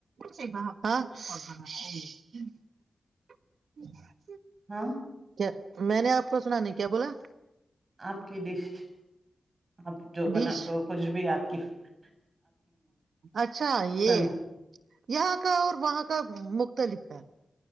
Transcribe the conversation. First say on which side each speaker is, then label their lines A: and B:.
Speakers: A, on the right (about 75°); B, on the right (about 35°).
A: <unintelligible>
B: ہاں
A: کیا میں نے آپ کو سنا نہیں کیا بولا
B: آپ کی ڈش آپ جو بنا
A: ڈش
B: کچھ بھی آپ کف <unintelligible>
A: اچھا یہ
B: ہاں
A: <unintelligible> یہاں کا اور وہاں کا مختلف ہے